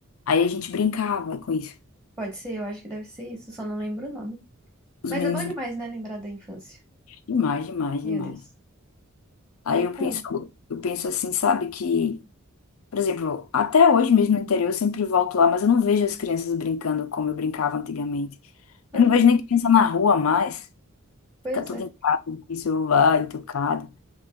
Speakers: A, on the left (about 80°); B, on the right (about 20°).
A: Aí a gente brincava com isso.
B: Pode ser, eu acho que deve ser isso, só não lembro o nome.
A: Os
B: Mas
A: meninos
B: é bom demais,
A: brincavam
B: né, lembrar da infância.
A: demais, demais,
B: Meu
A: demais.
B: Deus.
A: Aí
B: Aí
A: eu
B: tá.
A: penso, eu penso assim, sabe, que, por exemplo, até hoje mesmo no interior eu sempre volto lá, mas eu não vejo as crianças brincando como eu brincava antigamente.
B: Ah,
A: Eu não
B: não,
A: vejo nem criança na rua mais.
B: pois
A: Fica tudo
B: é.
A: em casa, com celular, entucado.